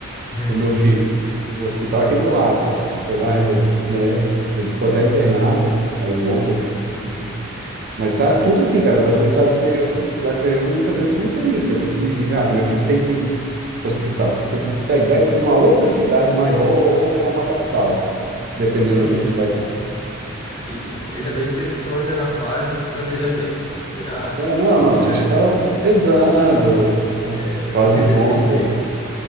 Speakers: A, on the left (about 20°); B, on the right (about 45°).
A: <laughs>
B: para o meu filho. O hospital aqui do lado, cara. A gente foi lá, resolveu, né? Ele ficou até internado, saiu ontem, mas enfim. Mas tá tudo aqui, cara. Agora no estado interior, cidade interior, muitas vezes você não tem isso. Você tem que, ah, meu filho tem que ir para o hospital. Você tem que pegar e ir para uma outra cidade maior ou para uma capital, dependendo
A: Sim,
B: onde você
A: sim.
B: vai estar.
A: E ainda bem que vocês estão ainda na fase de planejamento, considerar
B: É, não,
A: como
B: não.
A: será
B: A gente
A: esse
B: está
A: futuro.
B: pesando
A: Mas,
B: os prós
A: porque
B: e
A: dependendo,
B: contras.